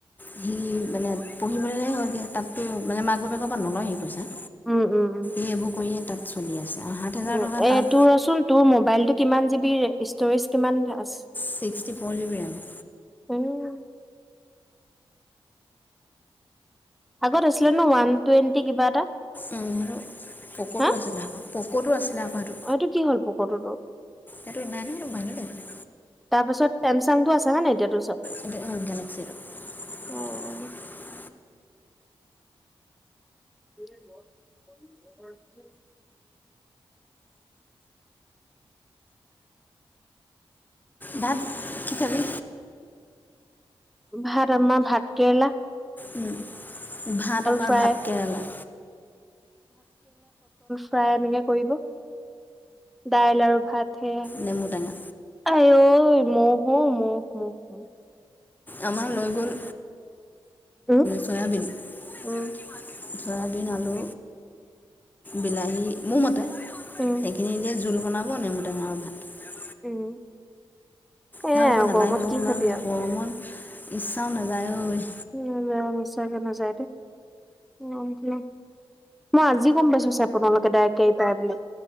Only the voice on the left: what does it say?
সি মানে পঢ়িবলৈ হয়গে তাতো মানে মাক বাপে ক'পা নলয় সি পইচা স
এইবোৰ কৰিয়ে তাত চলি আছে আৰু সাত হাজাৰ
টকা
তাত
ছিক্সটি ফৰ <unintelligible>
উম পক'টো
আছিলে পক'টো আছিলে আকৌ
এইটো <unintelligible> <unintelligible> <inaudible>
এইটো গেলেক্সিটো <unintelligible>
<inaudible>
ভাত কিখাবি
উম ভাত আমাৰ
ভাত কেৰেলা
নেমু টেঙা
আমাৰ লৈ গ'ল
চয়াবিন চয়াবিন
আলু বিলাহী মোৰ মতে সেইখিনি
দিয়ে জোল বনাব নেমু টেঙা ভাত
নালব
নালাগে
অ
ইমান
গৰমত ইচ্ছাও নাযায় ঐ